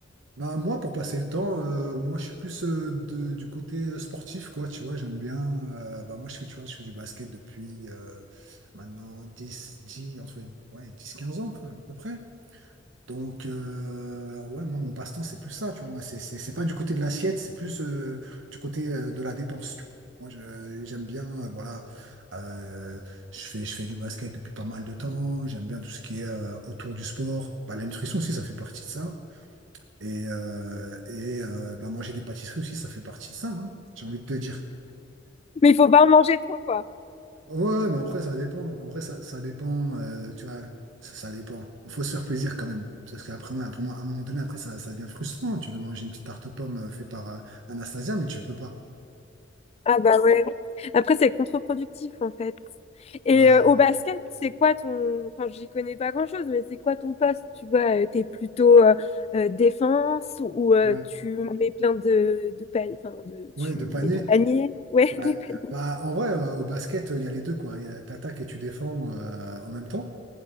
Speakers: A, on the right; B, on the left.
A: Bah, moi, pour passer le temps, euh, moi, je suis plus euh, de- du côté euh, sportif, quoi, tu vois, j'aime bien. euh, bah, moi, je fais, tu vois, je fais du basket depuis euh, maintenant 10, 10 entre ouais, 10 15 ans, quoi, à peu près. Donc, euh, ouais, moi, mon passe-temps, c'est plus ça, tu vois. Moi, c'est c'est- c'est pas du côté de l'assiette, c'est plus euh, du côté euh, de la dépense, tu vois. Moi, je- j'aime bien, euh, voilà, euh, je fais, je fais du basket depuis pas mal de temps. J'aime bien tout ce qui est euh, autour du sport. Bah, la nutrition aussi, ça fait partie de ça. Et, euh, et euh, bah, manger des pâtisseries aussi, ça fait partie de ça, hein, j'ai envie de te dire.
B: Mais il faut pas en manger trop, quoi.
A: Ouais, ouais, mais après, ça dépend. En vrai, ça, ça dépend, euh, tu vois, ça, ça dépend. Faut se faire plaisir quand même. Parce qu'après, ouais, pour moi, à un moment donné, après, ça, ça devient frustrant. Tu veux manger une petite tarte aux pommes euh, faite par euh, Anastasia, mais tu peux pas.
B: Ah bah ouais. Après, c'est contre-productif en fait. Et
A: Ouais,
B: euh, au basket, c'est quoi ton... Enfin, j'y connais pas grand-chose, mais c'est quoi ton poste? Tu vois, euh, t'es plutôt euh, euh, défense ou euh,
A: ouais,
B: tu mets plein de, de paniers... Enfin, de...
A: ouais,
B: tu
A: de panier.
B: mets des paniers? Ouais, <laughs> des
A: Ouais.
B: paniers.
A: Bah, en vrai, euh, au basket, il y a les deux, quoi. Il y a- T'attaques et tu défends euh, en même temps,